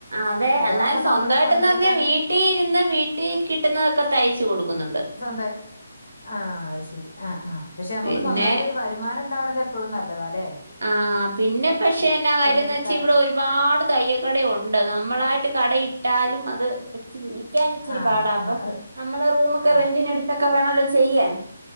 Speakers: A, on the right; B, on the left.
A: അതെ
B: ഇതാവുമ്പോ
A: എന്നാൽ സ്വന്തയിട്ടന്ന്
B: നമ്മള് സ്വന്തായിട്ടാണ്
A: പറഞ്ഞാൽ വീട്ടിൽ ഇരുന്ന് വീട്ടിൽ കിട്ടുന്നതൊക്കെ തൈച്ച് കൊടുക്കുന്നുണ്ട്.
B: സ്വന്ത ആ ശരി ആ ആ പക്ഷെ നമ്മക്ക്
A: പിന്നെ
B: സ്വന്തായ്ട്ടൊരു വരുമാനണ്ടാവണത് എപ്പഴും നല്ലതാലെ
A: ആ പിന്നെ പക്ഷെ എന്നാ കാര്യംന്ന്
B: എടുക്കാനൊക്കെ
A: വെച്ച ഇവടൊരുപാട് തയ്യക്കട ഉണ്ട് നമ്മളായിട്ട് കട ട്ടാലും അത് ക്ലച് പിടിക്കാനിച്ചിരി
B: ആഹ്
A: പാടാ
B: ആഹ്
A: അപ്പ നമ്മളെ റൂമൊക്കെ
B: ആഹ്
A: റെന്റിനെട്ത്ത <unintelligible> വെണോല്ലൊ ചെയ്യാൻ